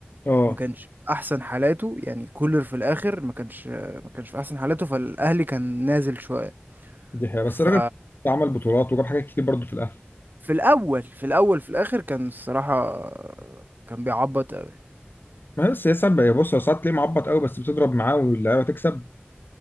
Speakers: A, on the left; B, on the right.
A: اه
B: ما كانش احسن حالاته يعني كولر في الاخر ما كانش ما كانش في احسن حالاته فالاهلي كان نازل شويه
A: دي حقيقة بس
B: ف
A: الراجل عمل بطولات وجاب حاجات كتير برضه في الاهلي
B: في الاول في الاول في الاخر كان الصراحه كان بيعبط قوي
A: ما هي بس هي ساعات بقى- بص هو ساعات تلاقيه معبط قوي بس بتضرب معاه واللعيبه تكسب